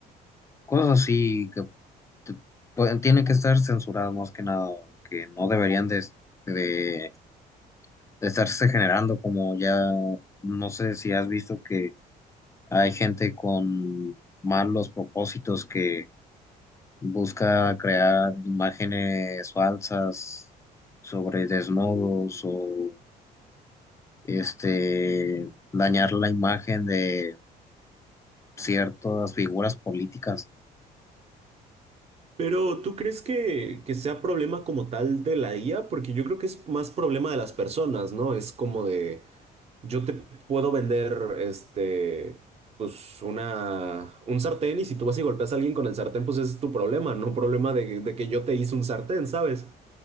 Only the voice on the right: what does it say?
Pero ¿tú crees que, que sea problema como tal de la IA? Porque yo creo que es más problema de las personas, ¿no? Es como de, yo te puedo vender, este, pues una, un sartén y si tú vas y golpeas a alguien con el sartén, pues ese es tu problema, no problema de, de que yo te hice un sartén, ¿sabes?